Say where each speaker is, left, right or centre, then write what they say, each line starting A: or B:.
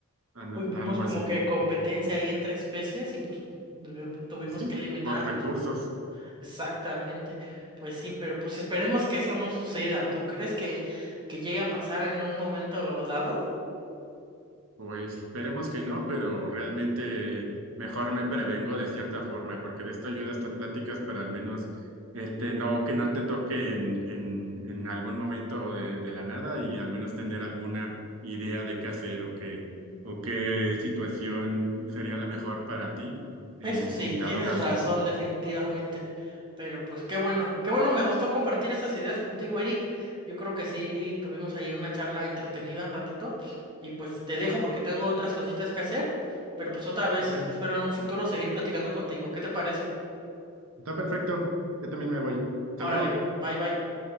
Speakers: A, on the right; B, on the right.
A: anda-
B: Fu- Vimos
A: algo
B: como
A: así.
B: que competencia ahí entre especies y pues tuvi- tuvimos
A: Sí,
B: que eliminar
A: por
B: a los
A: recursos.
B: primeros. Exactamente, pues sí, pero pues esperemos que eso no suceda. ¿Tú crees que, que llegue a pasar en un momento dado?
A: Pues esperemos que no, pero realmente mejor me prevengo de cierta forma, porque de esto ayuda estas pláticas, para al menos este no que no te toque en, en, en algún momento de, de la nada y al menos tener alguna idea de qué hacer o qué o qué situación sería la mejor para ti en,
B: Eso sí,
A: en dado
B: tienes
A: caso,
B: razón
A: ¿no?
B: definitivamente, pero pues qué bueno, qué bueno, me gustó compartir esas ideas contigo, Eric. Yo creo que sí, tuvimos ahí una charla entretenida un ratito y pues te dejo porque tengo otras cositas que hacer, pero pues otra vez
A: Ok,
B: espero en un futuro seguir platicando contigo. ¿Qué te parece?
A: está perfecto. Yo también me voy. Hasta
B: Órale,
A: luego.
B: bye bye.